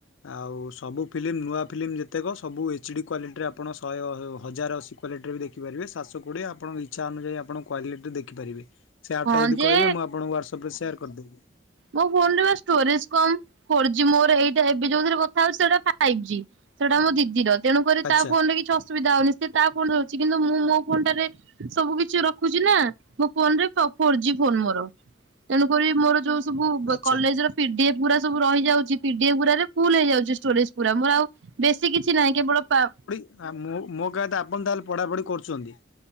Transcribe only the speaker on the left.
ଆଉ ସବୁ ଫିଲ୍ମମ ନୂଆ ଫିଲ୍ମମ ଯେତେକ ସବୁ ଏଚ୍ଡ଼ି କ୍ୱାଲିଟିରେ ଆପଣ ଶହେ ହ ହଜାର ଅଶି କ୍ୱାଲିଟ୍ରରବି ଦେଖିପାରିବେ ସାତସ କୋଡିଏ ଆପଣଙ୍କଇଚ୍ଛା ଅନୁଯାୟି ଆପଣ କ୍ୱାଲିଟ ଦେଖିପାରିବେ ସେ ଆପ୍
ଯଦି
କହିବେ ମୁଁ ଆପଣଙ୍କୁ ହ୍ୱାଟ୍ସପ ରେ ସେୟାର୍ କରିଦେବି।
ଆଚ୍ଛା
ଆଚ୍ଛା।
ଆ ମୁଁ ମୋ କହିବାକଥା ଆପଣ ତାହେଲେ ପଢ଼ାପଢ଼ି କରୁଛନ୍ତି?